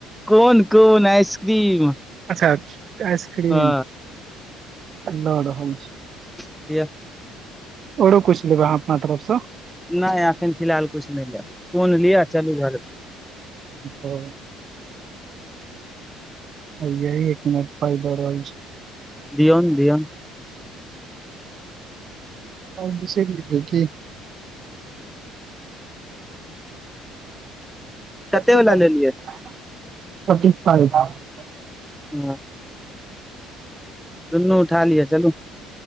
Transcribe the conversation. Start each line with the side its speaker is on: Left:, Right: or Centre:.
Centre: कोन कोन आइसक्रीम
Right: अच्छा आइसक्रीम
Centre: हँ
Right: लऽ रहल छी
Centre: <unintelligible>
Right: आओरो कुछ लेबै अहाँ अपना तरफ सँ
Centre: नय एखन फिलहाल कुछ नय लेब कोन लिय चलू घर
Right: आओर हैया एक मिनट पाइ दऽ रहल छी
Centre: दिऔन दिऔन
Right: आ दसेके ठ <unintelligible> सबच
Centre: कते वला लेलियै
Right: <unintelligible>
Centre: हँ दुन्नू उठा लिअ चलू